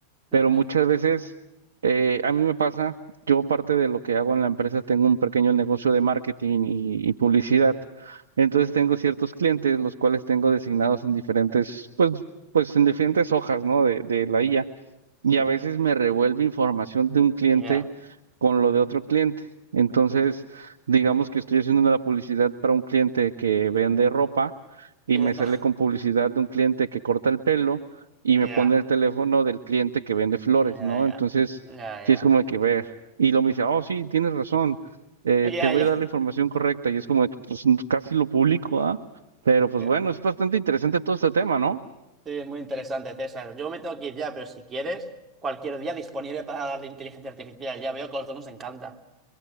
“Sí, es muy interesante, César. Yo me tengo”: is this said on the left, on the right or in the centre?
Right